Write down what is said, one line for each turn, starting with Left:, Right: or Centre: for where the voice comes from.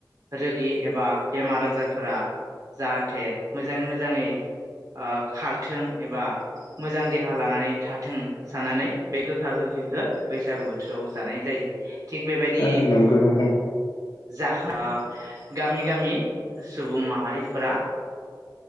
Right: रोगि एबा बेमार आजारफोरा जाहाथे मोजाङै मोजाङै आ खारथों एबा मोजां देहा लानानै थाथों साननानै बे गोखा गोखैखौ बैसागु बोथोराव जानाय जायो। थिग बेबायदि
Left: ओ नंगौ नोंथां
Right: <unintelligible> गामि गामि सुबुं माहारिफोरा